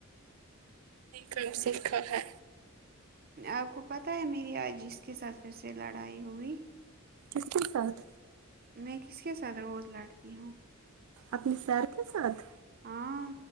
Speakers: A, on the right; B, on the right.
A: کم سکھا ہے
B: آپ کو پتہ ہے میری آج اس کے ساتھ پھر سے لڑائی ہوئی
A: کس کے ساتھ
B: میں کس کے ساتھ روز لڑتی ہوں
A: اپنی سر کے ساتھ
B: ہاں